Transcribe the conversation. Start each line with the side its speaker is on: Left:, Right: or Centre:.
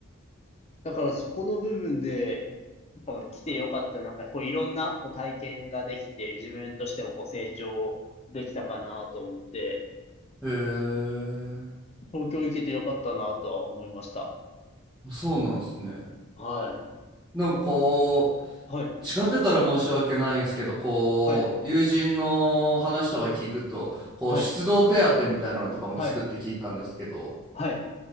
Left: だからそこの部分で、やっぱ来てよかった、なんかこういろんなこう体験ができて、自分としてもこう成長できたかなと思って、
Centre: へえ
Left: 東京行けてよかったなとは思いました。
Centre: そうなんですね。
Left: はい。
Centre: なんかこう、
Left: はい。
Centre: 違ってたら申し訳ないんですけど、こう、
Left: はい。
Centre: 友人の話とか聞くと、こう、
Left: はい。
Centre: 出動手当みたいなのとかもつくって聞いたんですけど、
Left: はい。はい。